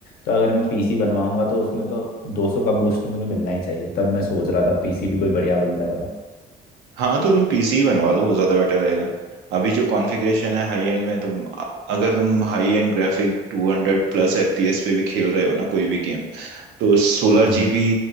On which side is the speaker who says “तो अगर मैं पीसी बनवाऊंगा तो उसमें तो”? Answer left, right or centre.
Left